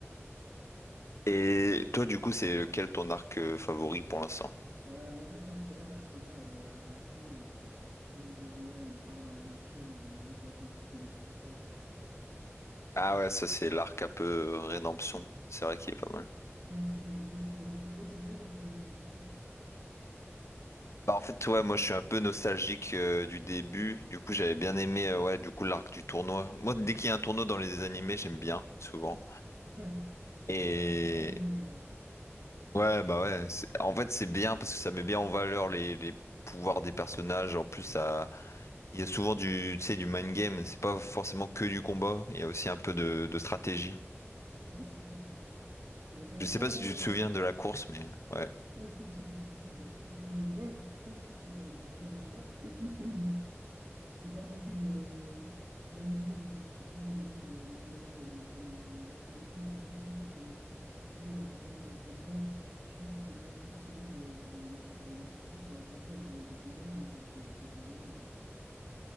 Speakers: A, on the left; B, on the right.
A: Et toi, du coup, c'est lequel ton arc euh, favori pour l'instant?
B: Euh, en vrai, moi, je dirais l'arc là, euh, à la fin, où, où Midoriya, il part dans la nature et il se bat contre tous les méchants qu'il croise, quoi.
A: Ah ouais, ça c'est l'arc un peu euh, rédemption. C'est vrai qu'il est pas mal.
B: Non, franchement, il est très stylé. Mais toi, c'est lequel, euh, ton, ton préf?
A: Bah en fait ouais moi je suis un peu nostalgique euh, du début du coup j'avais bien aimé euh, ouais du coup l'arc du tournoi moi dès qu'il y a un tournoi dans les animés j'aime bien souvent
B: Ouais, c'est toujours,
A: et
B: c'est souvent les meilleurs, hein.
A: ouais bah ouais c'est- en fait c'est bien parce que ça met bien en valeur les, les pouvoirs des personnages en plus ça il y a souvent du tu sais du mind game c'est pas forcément que du combat il y a aussi un peu de, de stratégie
B: Ouais, c'est vrai, c'est vrai. Et, et encore
A: je sais pas si
B: là,
A: tu
B: euh,
A: te souviens de la course mais ouais
B: Ouais, si, si, je me souviens, bien sûr. Mais ouais, pourtant, je trouve que dans, dans MHA, <clears throat> c'est pas non plus le l'animé où ils mettent le plus en avant les, les combats et les premiers, les premiers trucs. Genre, moi, je trouve que t'en as des- c'est beaucoup plus stylé. Genre, dans Hunter x Hunter, je trouve que c'est bien plus stylé que, que dans MHA, par exemple. Je sais qu'il y a un passage où il y a des combats, moi, je me suis, je me suis ennuyé, quoi.